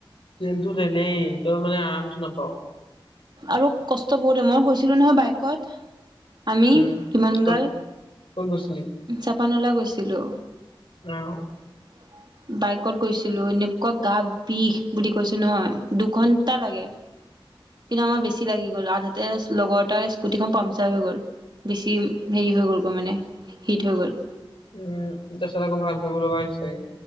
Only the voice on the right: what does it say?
আৰু কষ্ট বহুত হয়। মই গৈছিলো নহয় বাইকত আমি
ইমান
গাল
জাপানলৈ গৈছিলো।
<unintelligible> বাইকত গৈছিলোঁ। এনেকুৱা গা বিষ বুলি কৈছোঁ নহয়, দুঘণ্টা লাগে। কিন্তু আমাৰ বেছি লাগি গ'ল। আধাতে লগৰ এটাৰ স্কুটিখন পামচাৰ হৈ গ'ল। বেছি হেৰি হৈ গ'ল ক মানে হিট হৈ গ'ল।